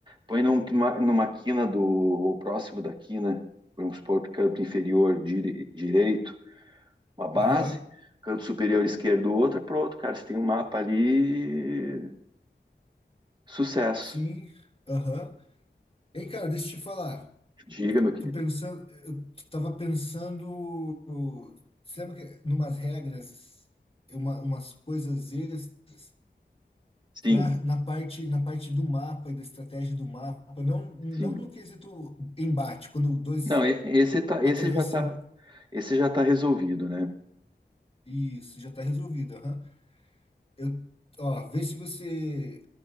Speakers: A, on the right; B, on the left.
A: Põe num- numa, numa quina do, ou próximo da quina, vamos supor, canto inferior dire- direito, uma base,
B: Aham.
A: canto superior esquerdo, outra, pronto, cara, você tem um mapa ali, sucesso.
B: Sim. Aham. Hein, cara, deixa eu te falar.
A: Diga, meu querido.
B: Tô pensando, eu tava pensando, sabe que numas regras, é uma, umas coisas extras
A: Sim,
B: para na parte na parte do mapa e da estratégia do mapa, não não
A: sim.
B: no quesito embate, quando dois
A: Não, e- esse tá,
B: batalhões
A: esse já
B: se
A: tá, esse já tá resolvido, né?
B: isso já tá resolvido, aham. Eu, ó, vê se você